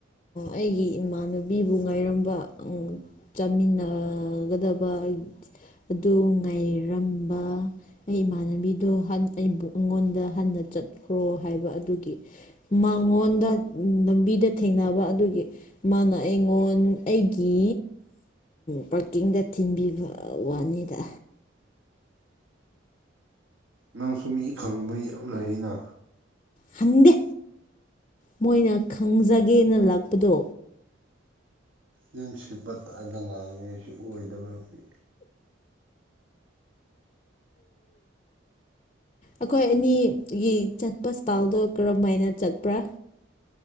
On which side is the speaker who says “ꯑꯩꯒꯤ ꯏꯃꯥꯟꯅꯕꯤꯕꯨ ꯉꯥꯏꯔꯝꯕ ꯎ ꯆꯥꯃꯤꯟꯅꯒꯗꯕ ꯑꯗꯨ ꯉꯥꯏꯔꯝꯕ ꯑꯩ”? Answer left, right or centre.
Left